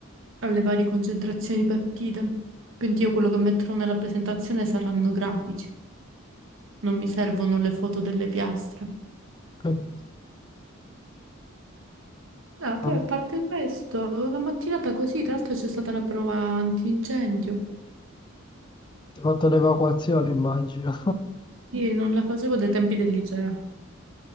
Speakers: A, on the right; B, on the left.
A: alle varie concentrazioni di peptide. Quindi io quello che metterò nella presentazione saranno grafici, non mi servono le foto delle piastre.
B: capito.
A: No, poi
B: Ah,
A: a parte questo, la mattinata così, tra l'altro c'è stata la prova antincendio.
B: Ti ho fatto l'evacuazione, immagino.
A: Io non la facevo dai tempi del liceo.